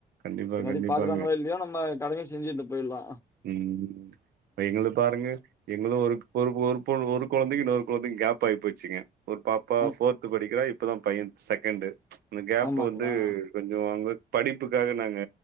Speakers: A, on the right; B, on the left.
A: கண்டிப்பா,
B: பின்னாடி
A: கண்டிப்பாங்க.
B: பாக்கறாங்களோ இல்லயோ நம்ம கடமைய செஞ்சுட்டு போயிடுலா
A: ம் இப்ப எங்கள பாருங்க எங்களு ஒரு ஒரு ஒரு பொ கொழந்தைக்கு இன்னொரு கொழந்தைக்கு கேப் ஆயி போச்சுங்க ஒரு பாப்பா
B: ஆம்
A: ஃபோர்த்து படிக்கிறா இப்பதா பைய செகண்டு இந்த கேப்
B: ஆமாங்களா
A: வந்து கொஞ்ச அவங்க படிப்புக்காக நாங்க